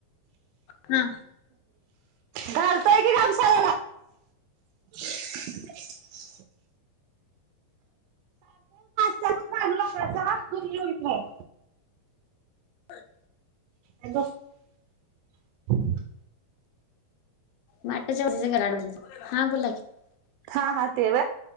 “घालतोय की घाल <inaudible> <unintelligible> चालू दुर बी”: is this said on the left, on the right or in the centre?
Right